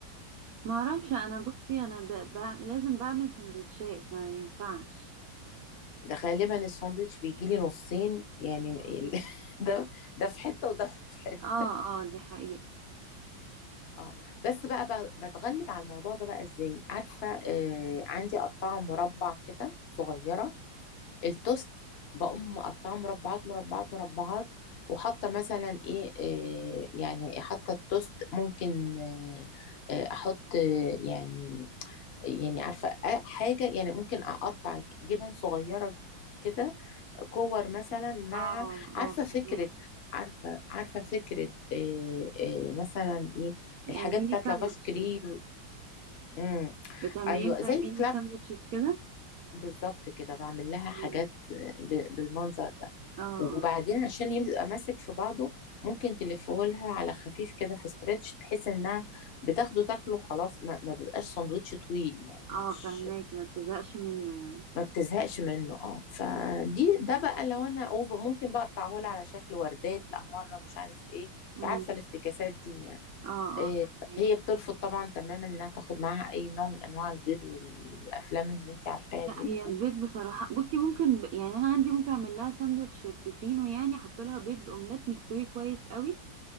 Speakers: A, on the right (about 75°); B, on the left (about 55°).
A: ما اعرفش انا بصي انا ب... ب... لازم بعمل سندوتشات ما ينفعش
B: فغالبا الساندوتش بيجيلي نصين يعني <laughs>
A: امم
B: ال- ده ده في حتة وده في حتة
A: اه اه دي حقيقة
B: اه بس بقى ب- بتغلب على الموضوع ده بقى ازاي عارفه آه عندي قطعه مربع كده صغيره التوست بقوم مقطعه مربعات مربعات مربعات وحاطه مثلا ايه آه يعني حاطه التوست ممكن آه آه احط آه يعني يعني عارفة أ- حاجة يعني ممكن أقطع جبن صغيرة كده كور مثلا مع
A: اه
B: عارفة
A: اه
B: فكرة
A: فهماك
B: عارفة عارفة فكرة إيه إيه مثلا إيه الحاجات
A: آه، ميني
B: بتاعت
A: ساندوتشز
B: لافاش كريم مم.
A: بتعمليهم
B: أيوة زي
A: زي
B: الكلاب
A: ميني ساندوتشز كده
B: بالظبط كده بعمل لها
A: مم.
B: حاجات ب- بالمنظر ده
A: اه
B: وبعدين
A: اه
B: عشان يبقى ماسك في بعضه ممكن تلفه لها على خفيف كده في استرتش بحيث انها بتاخده تاكله خلاص ما, ما بيبقاش سندوتش طويل يعني
A: اه
B: مش
A: فهماكي ما بتزهقش منه يعني
B: ما بتزهقش منه اه فدي ده بقى لو انا أوفر ممكن بقى اقطعهولها على شكل وردات لا مره مش عارف ايه انت
A: امم
B: عارفه الافتكاسات دي يعني
A: اه
B: إيه
A: اه فهماكي
B: هي بترفض طبعا تماما انها تاخد معاها اي نوع من انواع البيض والافلام اللي انت عارفاها
A: لا
B: دي
A: هي البيض بصراحة بصي ممكن ب... يعني انا عندي ممكن اعمل لها ساندوتش في فينو يعني احط لها بيض اومليت مستوي كويس قوي